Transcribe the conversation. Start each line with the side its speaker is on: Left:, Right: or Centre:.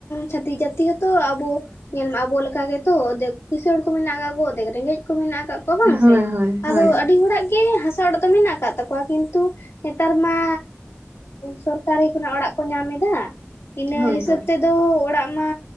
Left: ᱪᱟᱹᱛᱤᱠ ᱡᱟᱹᱛᱤ ᱦᱚᱸᱛᱚ ᱟᱵᱚᱼᱼ ᱧᱮᱞ ᱢᱮ ᱟᱵᱚ ᱞᱮᱠᱟ ᱜᱮᱛᱚ ᱟᱫᱷᱮᱠ ᱠᱤᱥᱥᱬ ᱠᱚ ᱢᱮᱱᱟᱜ ᱠᱟᱜ ᱠᱚᱣᱟ ᱚᱫᱷᱮᱠ ᱨᱮᱸᱜᱮᱡ ᱠᱚ ᱢᱮᱱᱟᱜ ᱠᱟᱫ ᱠᱚᱣᱟ᱾ ᱠᱚ ᱵᱟᱝ
Right: ᱦᱳᱭ
Left: ᱥᱮ
Right: ᱦᱳᱭ
Left: ᱟᱫᱚ
Right: ᱦᱳᱭ
Left: ᱟᱹᱰᱤ ᱦᱚᱲᱟᱜ ᱜᱮ ᱦᱟᱸᱥᱟ ᱚᱲᱟᱜ ᱫᱚ ᱢᱮᱱᱟᱜ ᱠᱟᱜ ᱛᱟᱠᱚᱣᱟ ᱠᱤᱱᱛᱩᱼᱼ ᱱᱮᱛᱟᱨ ᱢᱟ ᱥᱚᱨᱠᱟᱨᱤ ᱠᱷᱚᱱᱟᱜ ᱚᱲᱟᱜ ᱠᱚ ᱧᱟᱢ ᱮᱫᱟ ᱤᱱᱟᱹ
Right: ᱦᱳᱭ
Left: ᱦᱤᱥᱟᱹᱵ
Right: ᱦᱳᱭ
Left: ᱛᱮᱼᱼ ᱟᱫᱚ ᱚᱲᱟᱜ ᱢᱟ